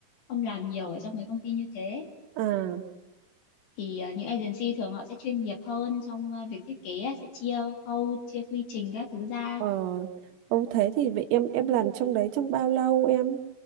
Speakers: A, on the left (about 60°); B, on the right (about 85°).
A: ông làm nhiều ở trong mấy công ty như thế
B: à
A: thì ờ, những agency thường họ sẽ chuyên nghiệp hơn trong ờ, việc thiết kế á, sẽ chia khâu chia quy trình các thứ ra
B: ờ ông thế thì vậy em em làm trong đấy trong bao lâu em